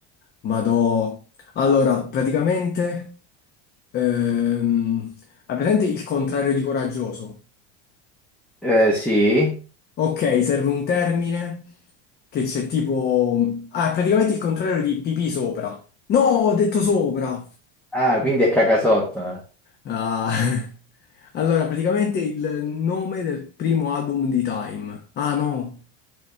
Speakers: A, on the left (about 30°); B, in the centre.
A: Ma no. Allora, praticamente... ehm, hai presente il contrario di coraggioso?
B: Eh, sì.
A: Ok, serve un termine che c'è tipo... Ah, praticamente il contrario di pipì sopra. No, ho detto sopra.
B: Ah, quindi è cacasotto.
A: Ah, <laughs> allora, praticamente il nome del primo album di Time. Ah, no,